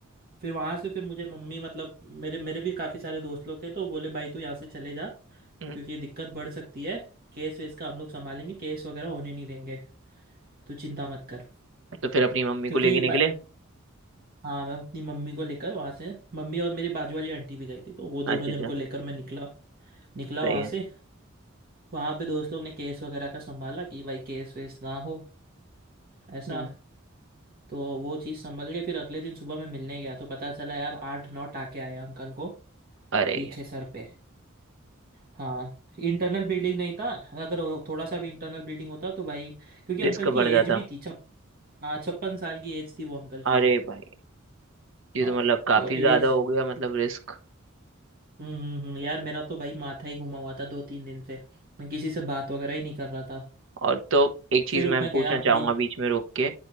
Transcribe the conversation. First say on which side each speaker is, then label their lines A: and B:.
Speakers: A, on the right; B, on the right.
A: फिर वहाँ से फिर मुझे मम्मी मतलब मेरे मेरे भी काफ़ी सारे दोस्त लोग थे तो बोले भाई तू यहाँ से चले जा
B: हम्म,
A: क्योंकि ये दिक्कत बढ़ सकती है केस वेस का हम लोग संभालेंगे केस वगैरह होने नहीं देंगे तू चिंता मत कर
B: तो फिर अपनी मम्मी
A: क्योंकि
B: को लेके निकले
A: ब- हाँ मैं अपनी मम्मी को लेकर वहाँ से मम्मी और मेरी बाजू वाली आंटी भी गई थी तो वो दोनों
B: अच्छा
A: जन
B: अच्छा
A: को लेकर मैं निकला निकला
B: सही
A: वहाँ
B: है
A: से वहाँ पे दोस्त लोग ने केस वगैरह का संभाला कि भाई केस वेस ना हो ऐसा
B: हम्म
A: तो वो चीज़ संभल गई फिर अगले दिन सुबह मैं मिलने गया तो पता चला यार आठ नौ टाके आए अंकल को
B: अरे
A: पीछे
B: यार
A: सर पे हाँ इंटरनल ब्लीडिंग नहीं था अगर वो थोड़ा सा भी इंटरनल ब्लीडिंग होता तो भाई क्योंकि
B: रिस्क
A: अंकल
B: बढ़
A: की
B: जाता
A: एज भी थी हाँ छप्पन साल की एज थी वो अंकल
B: अरे
A: की
B: भाई ये
A: हाँ
B: तो मतलब काफी
A: तो एज
B: ज्यादा हो गया मतलब रिस्क
A: हम्म हम्म हम्म, यार मेरा तो भाई माथा ही घुमा हुआ था दो तीन दिन से मैं किसी से बात वगैरह ही नहीं कर रहा था
B: और तो एक चीज
A: फिर
B: मैं
A: मैं
B: पूछना
A: गया
B: चाहूंगा
A: मिल
B: बीच में रोक के